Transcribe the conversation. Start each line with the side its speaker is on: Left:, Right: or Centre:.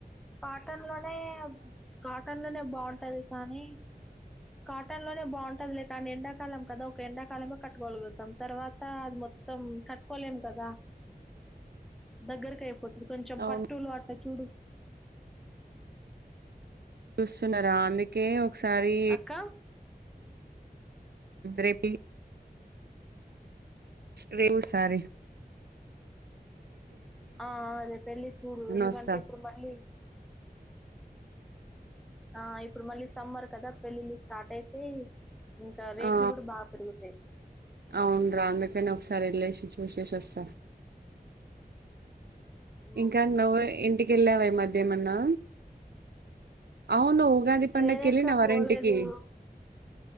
Centre: కాటన్లోనే కాటన్లనే బాగుంటది కానీ, కాటన్ లోనే బాగుంటది లే కానీ ఎండాకాలం కదా ఒక ఎండాకాలమే కట్టుకోలుగుతాం తర్వాత అది మొత్తం కట్టుకోలేం కదా. దగ్గరకి అయిపోతు అది కొంచెం
Right: అవును
Centre: పట్టులో అట్ల చూడు.
Right: చూస్తున్న అందుకే ఒకసారి
Centre: అక్క
Right: రేపే లేవు ఒకసారి
Centre: ఆ అదే పెళ్ళి చూడు ఎందుకంటే
Right: వస్తా
Centre: ఇప్పుడు మళ్ళీ ఆ ఇప్పుడు మళ్ళీ సమ్మర్ కదా పెళ్ళిళ్ళు స్టార్ట్ అయితే ఇంకా రేట్లు
Right: ఆ
Centre: కూడా బాగా పెరుగుతాయి
Right: అవునరా అందుకని ఒకసారి రిలేషన్షిప్ విశేషస్త ఇంకా
Centre: ఉమ్.
Right: నువ్ ఇంటి కెళ్ళావామధ్య ఏమన్నా అవును ఉగాది పండగకి
Centre: లేదక్క
Right: వెళ్ళిన వారి
Centre: పోలేదు
Right: ఇంటికి